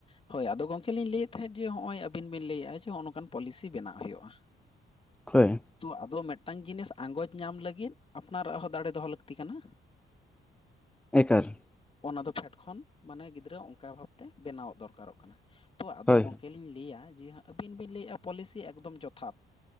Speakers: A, on the left; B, in the centre.
A: ᱦᱳᱭ ᱟᱫᱚ ᱜᱚᱝᱠᱮ ᱞᱤᱧ ᱞᱟᱹᱭᱮᱫ ᱛᱟᱦᱮᱸᱫ ᱡᱮ ᱦᱚᱸᱼᱚᱭ ᱟᱹᱵᱤᱱ ᱵᱤᱱ ᱞᱟᱹᱭᱮᱼᱟ ᱡᱮ ᱦᱚᱼᱚ ᱱᱚᱠᱟᱱ ᱯᱚᱞᱤᱥᱤ ᱵᱮᱱᱟᱜ ᱦᱩᱭᱩᱜᱼᱟ᱾ <inaudible>
B: ᱦᱳᱭ᱾
A: ᱪᱚ ᱟᱫᱚ ᱢᱮᱜᱴᱟᱝ ᱡᱤᱱᱤᱥ ᱟᱸᱜᱚᱪ ᱧᱟᱢ ᱞᱟᱹᱜᱤᱫ ᱟᱯᱱᱟᱨᱟᱜ ᱦᱚᱸ ᱫᱟᱲᱮ ᱫᱚᱦᱚ ᱞᱟᱹᱠᱛᱤ ᱠᱟᱱᱟ᱾
B: ᱮᱠᱟᱞ ᱾
A: ᱚᱱᱟ ᱫᱚ ᱯᱷᱮᱴ ᱠᱷᱚᱱ ᱢᱟᱱᱮ ᱜᱤᱫᱽᱨᱟᱹᱣ ᱟᱜ ᱚᱝᱠᱟ ᱵᱷᱟᱵᱛᱮ ᱵᱮᱱᱟᱣᱚᱜ ᱫᱚᱨᱠᱟᱨᱚᱜ ᱠᱟᱱᱟ᱾ ᱛᱚ ᱟᱫᱚ
B: ᱦᱳᱭ
A: ᱜᱚᱝᱠᱮ ᱞᱤᱧ ᱞᱟᱹᱭᱟ ᱡᱮ ᱦᱟᱜ ᱟᱹᱵᱤᱱ ᱵᱤᱱ ᱞᱟᱹᱭ ᱮᱜᱼᱟ ᱯᱚᱞᱤᱥᱤ ᱮᱠᱫᱚᱢ ᱡᱚᱛᱷᱟᱛ᱾